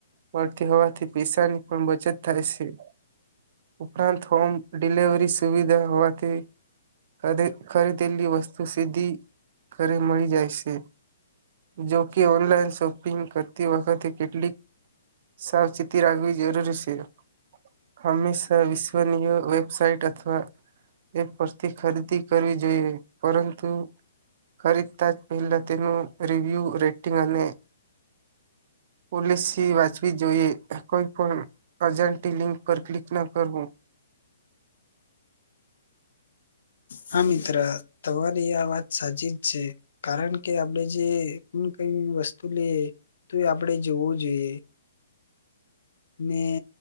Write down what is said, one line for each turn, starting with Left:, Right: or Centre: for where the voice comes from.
Right: મળતી હોવાથી, પૈસાની પણ બચત થાય છે. હે ઉપરાંત હોમ ડિલવરી સુવિધા હોવાથી ખદે-ખરીદેલી વસ્તુ સીધી ઘરે મળી જાય છે. જોકે ઓનલાઈન શોપિંગ કરતી વખતે, કેટલીક સાવચેતી રાખવી જરૂરી છે. હંમેશા વિશ્વનીય વેબસાઇટ અથવા એ પરથી ખરીદી કરવી જોઈએ. પરંતુ ખરીદતા જ પહેલા તેનું રિવ્યુ, રેટિંગ અને પોલિસી વાંચવી જોઈએ, કોઈ પણ અજાણી લિંક પર ક્લિક ના કરવું.
Left: હા મિત્ર, તમારી આ વાત સાચી જ છે. કારણ કે આપણેે જે એવું કઈ વસ્તુ લઈએ તો એ આપણડે જોવું જોઈએ. મેં